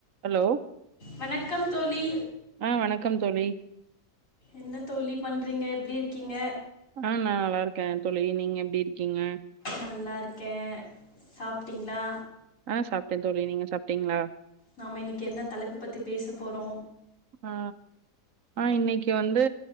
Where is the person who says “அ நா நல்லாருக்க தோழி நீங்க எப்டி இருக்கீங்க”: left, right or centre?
Right